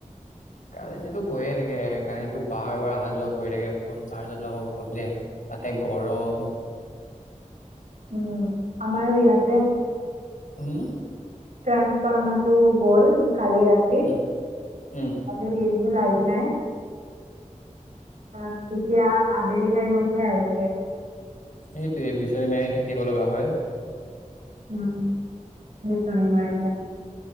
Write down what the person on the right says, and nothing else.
উম আমাৰো ইয়াতে
ট্ৰান্সফাৰ্মাটো গ'ল কালি ৰাতি
আজি দিনটো লাইট নাই অ এতিয়া আবেলি টাইমতে আহিছে
উম বিছনি মৰি মাৰি